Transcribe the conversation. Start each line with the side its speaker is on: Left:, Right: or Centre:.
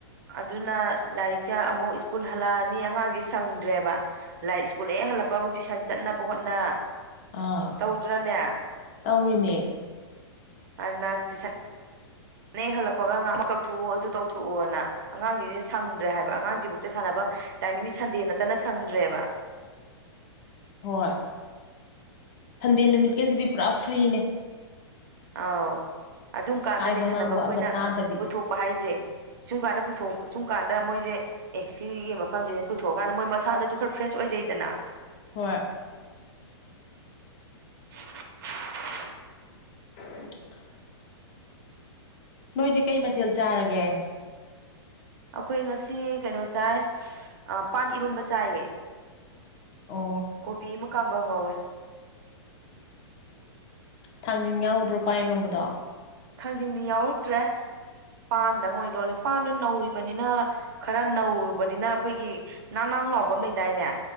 Right: ꯑꯗꯨꯅ ꯂꯥꯏꯔꯤꯛꯁꯦ ꯑꯃꯨꯛ ꯁ꯭ꯀꯨꯜ ꯍꯜꯂꯛꯑꯅꯤ ꯑꯉꯥꯡꯖꯦ ꯁꯪꯗ꯭ꯔꯦꯕ ꯂꯥꯏꯔꯤꯛ ꯁ꯭ꯀꯨꯜ ꯍꯦꯛ ꯍꯜꯂꯛꯄꯒ ꯑꯃꯨꯛ ꯇꯨꯏꯁꯟ ꯆꯠꯅ ꯅꯕ ꯍꯣꯠꯅ
Left: ꯑꯥ
Right: ꯇꯧꯗ꯭ꯔꯅꯦ
Left: ꯇꯧꯔꯤꯅꯦ
Right: ꯍꯥꯟꯅ ꯇꯨꯏꯁꯟ
Left: <inaudible>
Right: ꯅꯦꯛ ꯍꯜꯂꯛꯄꯒ ꯉꯥꯃꯛ ꯇꯧꯊꯣꯛꯎ ꯑꯗꯨ ꯇꯧꯊꯣꯛꯎꯅ ꯑꯉꯥꯡꯖꯤꯡꯖꯦ ꯁꯪꯗ꯭ꯔꯦ ꯍꯥꯏꯕ ꯑꯉꯥꯡꯖꯤꯕꯣꯛꯄꯗ ꯁꯥꯟꯅꯕꯝ ꯇꯥꯏꯃꯤꯡꯖꯦ ꯁꯟꯗꯦ ꯅꯠꯇꯅ ꯁꯪꯗ꯭ꯔꯦꯕ꯫꯫
Left: <inaudible> ꯍꯣꯏ ꯁꯟꯗꯦ ꯅꯨꯃꯤꯠꯀꯖꯤꯗꯤ ꯄꯨꯔꯥ ꯐ꯭ꯔꯤꯅꯦ꯫
Right: ꯑꯥꯎ ꯑꯗꯨꯝ ꯀꯥꯟꯗꯅꯦ
Left: ꯍꯥꯏꯕ ꯉꯥꯡꯕ
Right: ꯁꯥꯟꯅꯕ ꯑꯩꯈꯣꯏꯅ
Left: ꯑꯝꯇ ꯇꯥꯗꯕꯤ
Right: ꯄꯨꯊꯣꯛꯄ ꯍꯥꯏꯖꯦ꯫ ꯁꯨꯝ ꯀꯥꯟꯗ ꯄꯨꯊꯣꯛ ꯁꯨꯝ ꯀꯥꯟꯗ ꯃꯣꯏꯖꯦ ꯑꯦ ꯁꯤꯒꯤ ꯃꯐꯝꯖꯤꯗ ꯄꯨꯊꯣꯛꯑꯀꯥꯟꯗ ꯃꯣꯏ ꯃꯁꯥꯗꯁꯨ ꯈꯔ ꯐ꯭ꯔꯦꯁ ꯑꯣꯏꯖꯩꯗꯅ
Left: ꯍꯣꯏ
Right: <unintelligible>
Left: <inaudible> ꯅꯣꯏꯗꯤ ꯀꯩ ꯃꯊꯦꯜ ꯆꯥꯔꯒꯦ?
Right: ꯑꯩꯈꯣꯏ ꯉꯁꯤ ꯀꯩꯅꯣ ꯆꯥꯏ ꯑ ꯄꯥꯟ ꯏꯔꯣꯟꯕ ꯆꯥꯏꯌꯦ꯫
Left: ꯑꯣ
Right: ꯀꯣꯕꯤ ꯑꯃ ꯀꯥꯡꯒꯧ ꯉꯧꯋꯦ
Left: ꯊꯥꯡꯖꯤꯡ ꯌꯥꯎꯗ꯭ꯔꯣ ꯄꯥꯟ ꯏꯔꯣꯝꯕꯗꯣ?
Right: ꯊꯥꯡꯖꯤꯡꯗꯤ ꯌꯥꯎꯔꯛꯇ꯭ꯔꯦ꯫ ꯄꯥꯟꯗꯪ ꯑꯣꯏ ꯂꯣꯜꯂꯦ ꯄꯥꯟꯗꯣ ꯅꯧꯔꯤꯕꯅꯤꯅ ꯈꯔ ꯅꯧꯔꯨꯕꯅꯤꯅ ꯑꯩꯈꯣꯏꯒꯤ ꯅꯥꯟ-ꯅꯥꯟ ꯥꯅꯥꯡ ꯂꯥꯎꯕꯝ ꯂꯩꯗꯥꯏꯅꯦ꯫